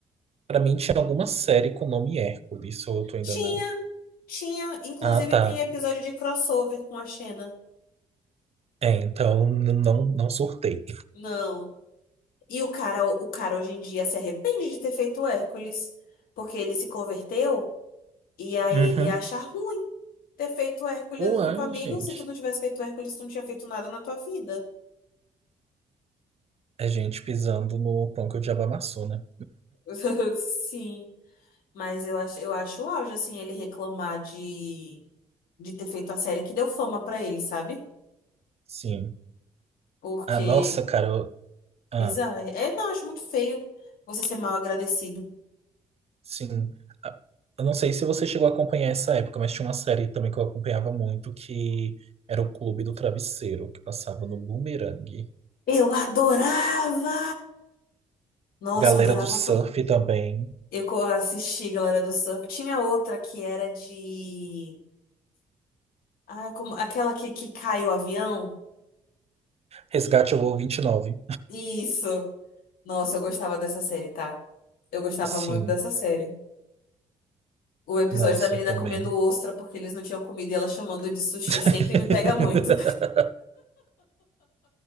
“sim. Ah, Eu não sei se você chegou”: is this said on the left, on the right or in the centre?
Right